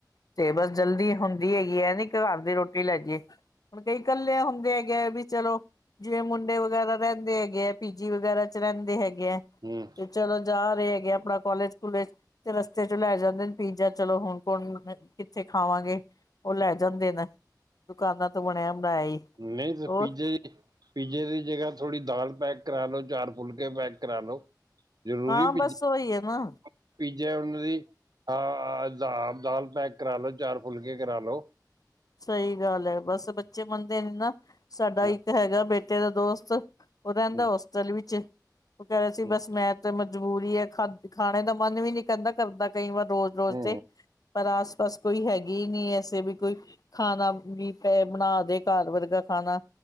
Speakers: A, on the left (about 60°); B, on the right (about 65°).
A: ਤੇ ਬਸ ਜਲਦੀ ਹੁੰਦੀ ਹੈ। ਗੀ ਹੈ ਨ ਘਰ ਦੀ ਰੋਟੀ ਲੈ ਜੇ ਹੁਣ ਕਈ ਇਕੱਲੇ ਹੁੰਦੇ ਹੈਗੇ ਵੀ ਚਲੋ ਜਿਵੇਂ ਮੁੰਡੇ ਵਗੈਰਾ ਰਹਿੰਦੇ ਹੈਗੇ ਹੈ। ਪੀਜੀ ਵਗੈਰਾ ਚ, ਰਹਿੰਦੇ ਹੈਗੇ ਆ
B: ਹੂੰ
A: ਤੇ ਚਲੋ ਜਾ ਹੈਗੇ ਆਪਣਾ ਕਾਲਜ ਕੂਲੇਜ ਤੇ ਰਸਤੇ ਚ ਲੈ ਜਾਂਦੇ ਪੀਜ਼ਾ ਚਲੋ। ਹੁਣ ਣ ਕਿੱਥੇ ਖਾਵਾਂਗੇ। ਉਹ ਲੈ ਜਾਂਦੇ ਨੇ, ਦੁਕਾਨਾਂ ਤੋਂ ਬਣਿਆ। ਬਣਾਇਆ ਹੀ
B: ਨਹੀਂ ਸਰ
A: ਹੋਰ
B: ਪੀਜੇ ਦੀ ਪੀਜੇ ਦੀ ਜਗ੍ਹਾ ਥੋੜ੍ਹੀ ਦਾਲ ਪੈਕ ਕਰਾ ਲੋ ਚਾਰ ਫੁਲਕੇ ਪੈਕ ਕਰਾ ਲੋ ਕ ਜ਼ਰੂਰੀ,
A: ਹਾਂ ਬਸ
B: ਪੀਜ਼ਾ
A: ਉਹੀ ਹੈ ਨਾ
B: ਪੀਜਾ ਉਹਨਾਂ ਦੀ ਹਾਂ ਦ ਦਾਲ ਪੈਕ ਕਰਾ ਲੋ ਚਾਰ ਫੁਲਕੇ ਕਰਾ ਲੋ
A: ਸਹੀ ਗੱਲ ਹੈ। ਬਸ ਬੱਚੇ ਮੰਨਦੇ ਨੇ ਨਾ, ਸਾਡਾ
B: ਹੂੰ
A: ਇੱਕ ਹੈਗਾ ਬੇਟਾ ਦਾ ਦੋਸਤ, ਉਹ ਰਹਿੰਦਾ
B: ਹੂੰ
A: ਹੋਸਟਲ ਵਿੱਚ, ਉਹ ਕਹਿ ਰਿਹਾ ਸੀ।
B: ਹੂੰ
A: ਬਸ ਮੈਂ ਤੇ ਜ਼ਰੂਰੀ ਹੈ। ਖਾ ਖਾਣੇ ਦਾ ਮਨ ਵੀ ਨਹੀਂ ਕਹਿੰਦਾ ਕਰਦਾ ਕਈ ਵਾਰ ਰੋਜ਼ ਰੋਜ਼
B: ਹੂੰ
A: ਤੇ ਪਰ ਆਸ ਬਸ ਕੋਈ ਹੈ ਗੀ ਹੀ ਨਹੀਂ ਐਸੇ ਵੀ ਕੋਈ। ਖਾਣਾ ਵੀ ਪੈ ਬਣਾ ਦੇ ਘਰ ਵਰਗਾ ਖਾਣਾ